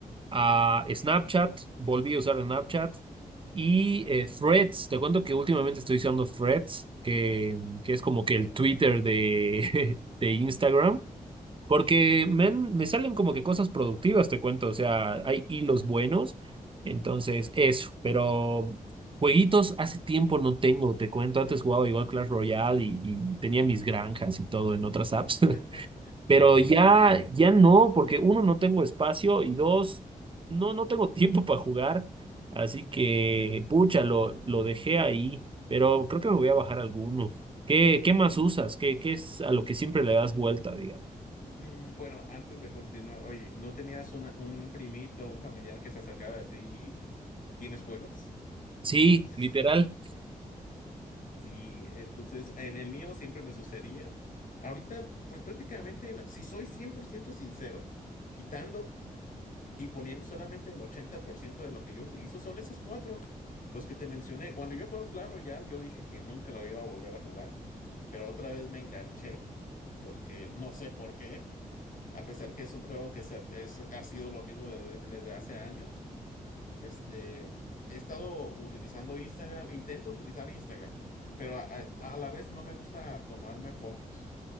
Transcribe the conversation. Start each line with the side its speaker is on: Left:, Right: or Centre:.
Right: a Snapchat, volví a usar Snapchat y eh, Threads. Te cuento que últimamente estoy usando Threads, que, que es como que el Twitter de, <laughs> de Instagram. Porque men, me salen como que cosas productivas, te cuento. O sea, hay hilos buenos. Entonces, eso. Pero jueguitos hace tiempo no tengo, te cuento. Antes jugaba igual Clash Royale y, y tenía mis granjas y todo en otras apps.
Left: <laughs>
Right: <laughs> Pero
Left: Oye,
Right: ya, ya no, porque uno, no tengo espacio y dos, no, no tengo <laughs> tiempo para jugar. Así que, pucha, lo, lo dejé ahí. Pero creo que me voy a bajar alguno. ¿Qué, qué más usas? ¿Qué, qué es a lo que siempre le das vuelta, digamos?
Left: mm, bueno, antes de continuar, oye, ¿no tenías una- un primito, un familiar que se acercaba a ti y, y tienes juegos?
Right: Sí,
Left: Entonces,
Right: literal.
Left: <laughs> sí, entonces en el mío siempre me sucedía. Ahorita, pues prácticamente, na- si soy 100% sincero, quitando y poniendo solamente el 80% de lo que yo utilizo, son esos cuatro, los que te mencioné. Cuando yo juego Clash Royale, yo dije que nunca lo iba a volver a jugar, pero otra vez me enganché porque no sé por qué. a pesar que es un juego que se- es- ha sido lo mismo desde, desde hace años. Este, he estado utilizando Instagram, intento utilizar Instagram, pero a, a- a la vez no me gusta tomarme fotos,